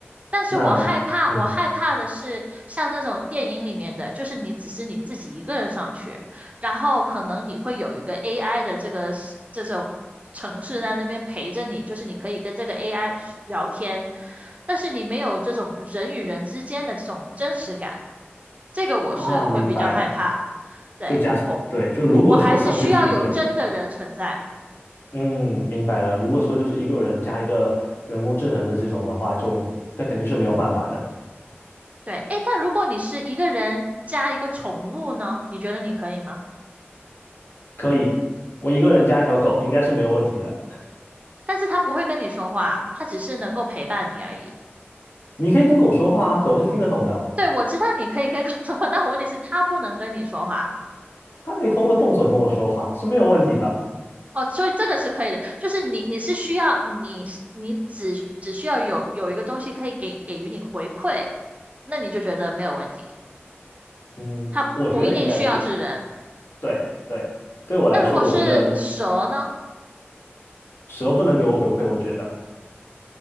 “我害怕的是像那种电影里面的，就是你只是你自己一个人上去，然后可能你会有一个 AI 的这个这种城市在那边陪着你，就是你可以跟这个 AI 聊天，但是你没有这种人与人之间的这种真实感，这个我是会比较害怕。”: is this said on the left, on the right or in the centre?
Right